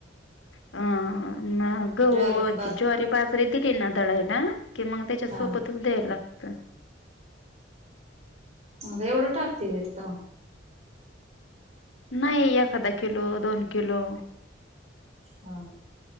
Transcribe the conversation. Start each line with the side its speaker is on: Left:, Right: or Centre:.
Left: अह म गहूं
Right: ज्वारी
Left: व
Right: न
Left: ती ज्वारी, बाजरी दिली ना दळायला कि मग त्याच्यासोबतच
Right: हा
Left: द्यायला लागतं.
Right: मग एवढं टाकततीवत?
Left: नाही एखाधा किलो, दोन किलो
Right: हा